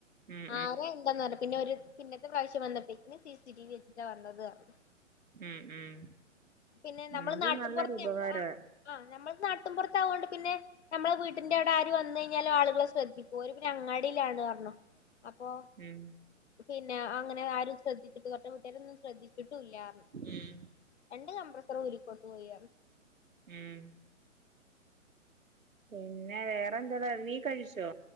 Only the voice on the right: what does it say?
ഉം ഉം
ഉം ഉം
ഉം
അത്
നല്ലൊരു ഉപകാരവാ
ഉം
ഉം
ഉം പിന്നെ വേറെന്തര നീ കഴിച്ചോ?